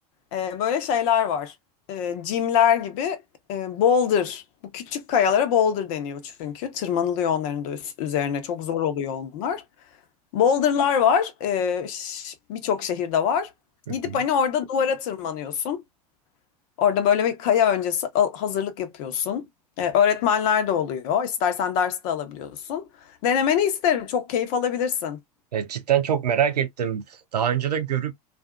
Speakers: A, on the left (about 60°); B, on the right (about 85°).
A: e, böyle şeyler var. E, Jimler gibi e, boulder. Bu küçük kayalara boulder deniyor çünkü. Tırmanılıyor onların da üst- üzerine. Çok zor oluyor onlar. Boulder'lar var. E, ş- birçok şehirde var.
B: Hı
A: Gidip
B: hı.
A: hani orada duvara tırmanıyorsun. Orada böyle bir kaya öncesi al- hazırlık yapıyorsun. E, öğretmenler de oluyor. İstersen ders de alabiliyorsun. Denemeni isterim. Çok keyif alabilirsin.
B: E, cidden çok merak ettim. Daha önce de görüp